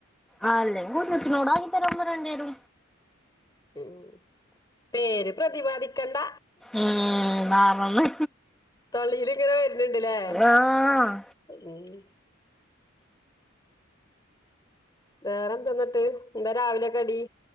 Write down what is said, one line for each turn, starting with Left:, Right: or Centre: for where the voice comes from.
Centre: ആഹ് അല്ലെങ്കിനോടാകതാര ഒമ്മ രണ്ടേരു
Left: ഉം പേര് പ്രതിപാദിക്കണ്ട
Centre: ഉം മാറന്ന്
Left: തൊള്ളിയിലിങ്ങനെ വരുന്നുണ്ട്ല്ലേ
Centre: ആഹ്
Left: <inaudible> ഉം വേറെന്തന്നിട്ട് എന്താ രാവിലെക്കെടി